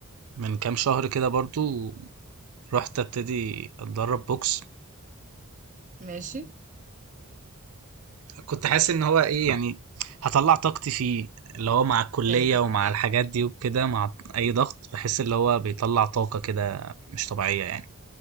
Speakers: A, on the right; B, on the right.
A: من كام شهر كده برضو رحت ابتدي اتدرب بوكس
B: ماشي
A: وكنت حاسس ان هو ايه يعني هطلع طاقتي فيه اللي هو مع الكلية
B: هي دي
A: ومع
B: حقيقة
A: الحاجات دي وكده مع اي ضغط بحس اللي هو بيطلع طاقة كده مش طبيعية يعني